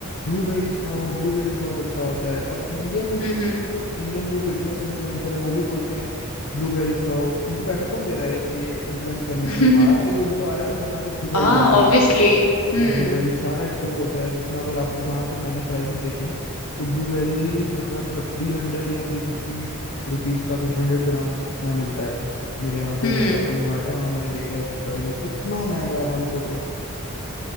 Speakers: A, on the left; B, on the left.
A: ब्लूबेरीज खाओ ब्लूबेरीज बहुत अच्छा होता है और इंडियन यूथ
B: हम्म हम्म
A: भी मतलब इंडियन जो फिटनेस इन्फ्लुएंसर है वो भी बोलते हैं ब्लूबेरीज खाओ उनको पैसा कौन दे रहा है ये इन्फ्लुएंस करने
B: <laughs>
A: के लिए बाहर से ही उनको आ रहा है ना जहाँ से ब्लूबेरीज
B: हाँ
A: आ रही
B: ऑब्वियसली
A: हैं
B: हम्म
A: और ब्लूबेरी सारा एक्सपोर्ट होता है जितना अगर आप जहां तक मैंने प्राइसेस देखे हैं तो ब्लूबेरी मतलब थ्री हंड्रेड या थ्री फिफ्टी रुपीज का कुछ हंड्रेड ग्राम इतना मिलता है मेरे यहाँ पे
B: हम्म
A: शॉपिंग मार्ट है वहां मैंने देखा है उसके प्राइस इतना महंगा है भाई सोचो